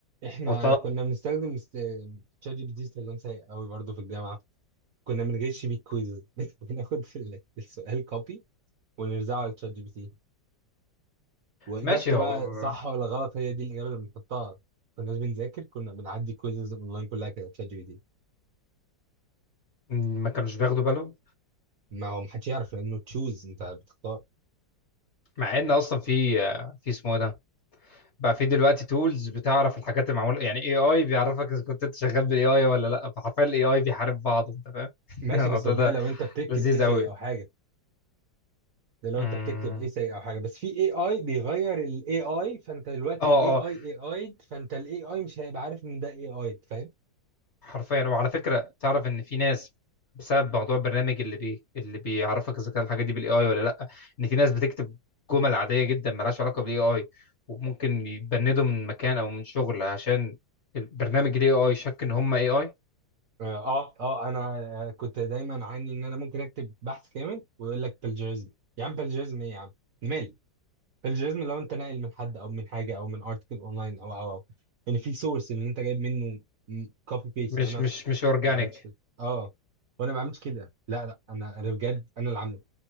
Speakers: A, on the right (about 55°); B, on the left (about 40°).
A: احنا
B: وط...
A: كنا بنستخدم است- تشات جي بي تي استخدام سيء قوي برضه في الجامعه كنا بنجيش بيه كويز <laughs> بناخد ال- السؤال كوبي ونرزعه على تشات جي بي تي واجابته
B: ماشي هو
A: بقى صح ولا غلط هي دي الاجابه اللي بنحطها كنا بنذاكر كنا بنعدي كويزز اونلاين كلها كده تشات جي بي تي
B: ما كانوش بياخدوا بالهم
A: ما هو محدش يعرف لانه تشوز انت بتختار
B: مع ان اصلا في في اسمه إيه ده بقى في دلوقتي تولز بتعرف الحاجات المعموله يعني اي اي بيعرفك اذا كنت انت شغال بالاي اي ولا لا فحرفيا الاي اي بيحارب بعض انت فاهم
A: ماشي
B: <laughs> الموضوع
A: بس ده
B: ده
A: لو انت بتكتب
B: لذيذ
A: ايساي
B: قوي
A: او حاجه ده لو
B: اه
A: انت بتكتب ايساي او حاجه بس في اي اي بيغير الاي اي فانت دلوقتي
B: اه
A: اي اي اي اي فانت الاي اي مش هيبقى عارف ان ده اي اي فاهم
B: حرفيا وعلى فكرة تعرف ان في ناس بسبب موضوع البرنامج اللي بي اللي بيعرفك اذا كان الحاجة دي بالاي اي ولا لا ان في ناس بتكتب جمل عادية جدا ملهاش علاقة بالاي اي وممكن يتبندوا من مكان او من شغل عشان البرنامج الاي اي شك ان هم اي اي
A: اه اه انا كنت دايما عاني ان انا ممكن اكتب بحث كامل ويقول لك بلجيرزم يا عم بلجيرزم ايه يا عم مالي بلجيرزم لو انت ناقل من حد او من حاجه او من ارتكل اونلاين او او او ان في سورس ان انت جايب منه كوبي بيست
B: مش
A: وانا ما
B: مش مش اورجانيك
A: بعملش كده اه وانا ما بعملش كده لا لا انا انا بجد انا اللي عامله